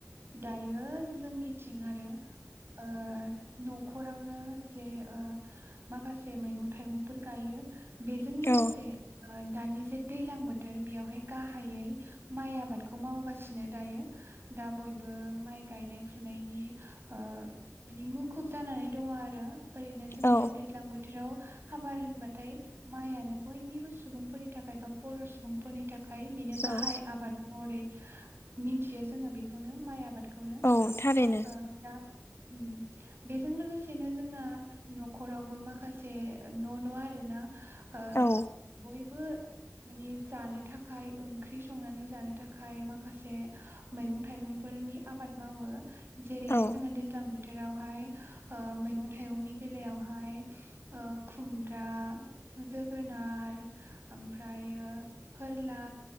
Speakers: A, on the right; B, on the left.
A: दायो जोंनिथिं आरो ओ नखरावनो जे ओ माखासे मैगं थाइगंफोर गायो बेजों लोगोसे
B: औ
A: ओ दानि जे दैज्लां बोथोर बेयावहाय गाहायै माइ आबादखौ मावगासिनो दायो दा बयबो माइ गायनाय फुनायनि ओ मानि मुखुब जानानै दङ आरो ओरैनो जोंनिया
B: औ
A: दैज्लां बोथोराव हाबार बाथाय मायानो बयनिबो सुबुंफोरनि थाखाय बा बर सुबुंफोरनि थाखाय खाय बेनो गाहाय
B: औ
A: आबाद महरै मिनथियो जोङो बेखौनो माइ आबाद खौनो
B: औ थारैनो
A: ओ दा उम बेजों लोगोसेनो जोंना नखरावबो माखासे न न आ रो ना ओ
B: औ
A: बयबो मानि जानो थाखाय ओंख्रि संनानै जानो थाखाय माखासे मैगं थाइगंफोरनि आबाद मावो जेरैहाय
B: औ
A: जोङो दैज्लां बोथोराव ओमफाय ओ मैगं थाइगंनि बेलायावहाय ओ खुम दा जोगोनार ओमफ्रायो फोरला